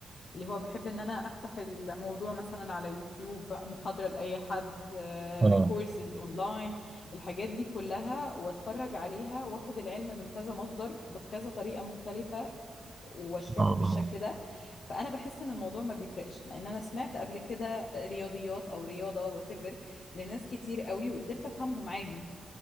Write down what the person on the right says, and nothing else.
اه
آه آه